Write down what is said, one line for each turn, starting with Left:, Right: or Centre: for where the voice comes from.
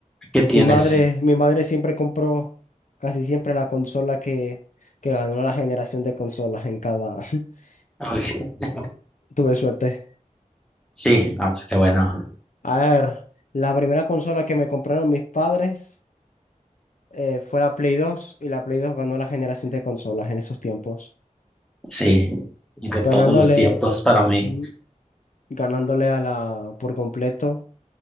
Centre: ¿Qué tienes?
Left: Mi madre, mi madre siempre compró casi siempre la consola que, que ganó la generación de consolas en cada. <laughs>
Centre: Ok.
Left: Tuve suerte.
Centre: Sí, no, pues qué bueno.
Left: A ver, la primera consola que me compraron mis padres eh, fue la Play dos y la Play dos ganó la generación de consolas en esos tiempos.
Centre: Sí, y de todos
Left: ganándole,
Centre: los tiempos para
Left: ujú,
Centre: mí.
Left: ganándole a la, por completo,